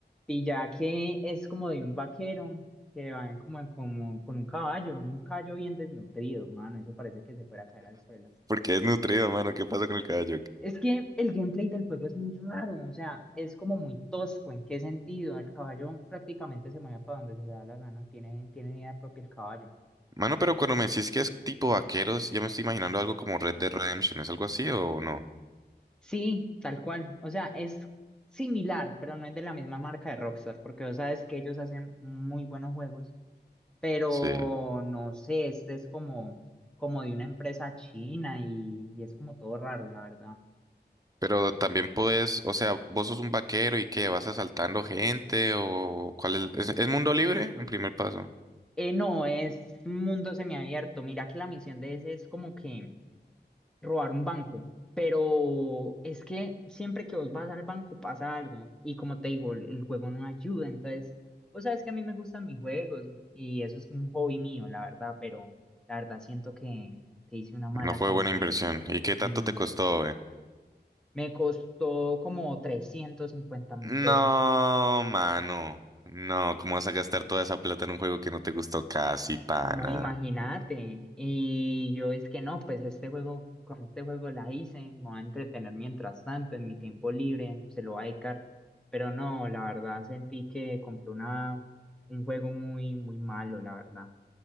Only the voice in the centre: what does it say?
Y ya que es como de un vaquero que va en como, en- como con un caballo, un caballo bien desnutrido, mano, eso parece que se fuera a caer al suelo.
Es que el gameplay del juego es muy raro, o sea, es como muy tosco. ¿En qué sentido? El caballo prácticamente se mueve para donde se le da la gana, tiene, tiene idea propia el caballo.
Sí, tal cual. O sea, es similar, pero no es de la misma marca de Rockstar, porque vos sabes que ellos hacen muy buenos juegos, pero
no sé, este es como, como de una empresa china y, y es como todo raro, la verdad.
Eh, no, es mundo semiabierto. Mira que la misión de ese es como que robar un banco, pero es que siempre que vos vas al banco pasa algo y como te digo, el, el juego no ayuda, entonces vos sabes que a mí me gustan mis juegos y eso es un hobby mío, la verdad, pero la verdad siento que, que hice una mala
compra.
No,
me costó como trescientos cincuenta mil
pesos.
No, imagínate. Y yo es que no, pues este juego, con este juego la hice, me voy a entretener mientras tanto, en mi tiempo libre, se lo voy a dedicar. Pero no, la verdad sentí que compré una, un juego muy, muy malo, la verdad.